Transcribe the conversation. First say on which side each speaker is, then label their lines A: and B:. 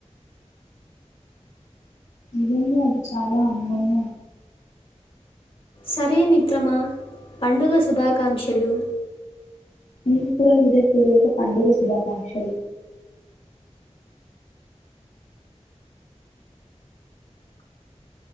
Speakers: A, on the left; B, on the left.
A: నిజంగా అది చాలా అందంగా
B: సరే మిత్రమా పండుగ శుభాకాంక్షలు.
A: నీకు కూడా హృదయపూర్వక పండుగ శుభాకాంక్షలు.